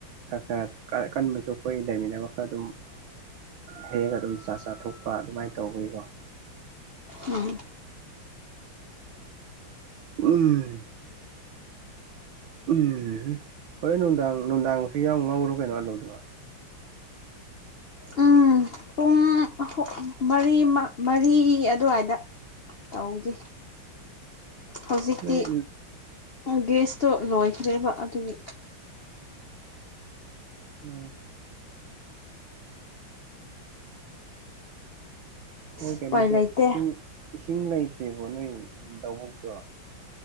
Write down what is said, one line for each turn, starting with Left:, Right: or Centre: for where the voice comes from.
Right: ꯈꯔ ꯈꯔ ꯀꯟꯕꯁꯨ ꯑꯩꯈꯣꯏ ꯂꯩꯃꯤꯟꯅꯕ ꯈꯔ ꯑꯗꯨꯝ ꯍꯦꯛꯑꯒ ꯑꯗꯨꯝ ꯆꯥ ꯆꯥꯊꯣꯛꯄ ꯑꯗꯨꯃꯥꯏꯅ ꯇꯧꯕꯒꯤꯀꯣ
Left: ꯎꯝ
Right: ꯎꯝ ꯎꯝ ꯍꯨꯝ ꯍꯣꯔꯦꯟ ꯅꯨꯡꯗꯥꯡ ꯅꯨꯡꯗꯥꯡꯒꯤꯁꯨ ꯌꯥꯎ ꯉꯧꯔꯣ ꯀꯩꯅꯣ ꯑꯂꯨꯗꫭ
Left: ꯎꯝ ꯄꯨꯡ ꯃꯔꯤ ꯃꯔꯤ ꯑꯗꯨꯋꯥꯏꯗ ꯇꯧꯒꯦ ꯍꯧꯖꯤꯛꯇꯤ
Right: ꯅꯣꯏ
Left: ꯒ꯭ꯂꯤꯁꯇꯣ ꯂꯣꯏꯈ꯭ꯔꯦꯕ ꯑꯗꯨꯒꯤ
Right: ꯎꯝ ꯅꯣꯏ
Left: ꯎꯄꯥꯏ
Right: ꯀꯩꯅꯣꯗꯣ
Left: ꯂꯩꯇꯦ
Right: ꯏꯁꯤꯡ ꯏꯁꯤꯡ ꯂꯩꯇ꯭ꯔꯤꯕꯣ ꯅꯣꯏ ꯂꯧꯕꯨꯛꯇꯣ